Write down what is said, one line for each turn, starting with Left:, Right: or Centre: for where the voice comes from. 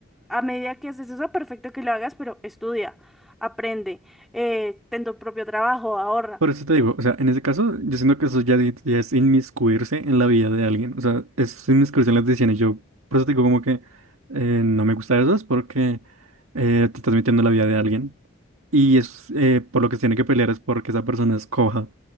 Centre: A medida que haces eso, perfecto que lo hagas, pero estudia, aprende, eh, ten tu propio trabajo, ahorra.
Right: Por eso te digo, o sea, en ese caso, yo siento que eso ya, di- ya es inmiscuirse en la vida de alguien, o sea, es inmiscuirse en las decisiones. Yo, por eso te digo como que eh, no me gusta eso, es porque eh, te estás metiendo en la vida de alguien. Y es eh, por lo que se tiene que pelear es porque esa persona escoja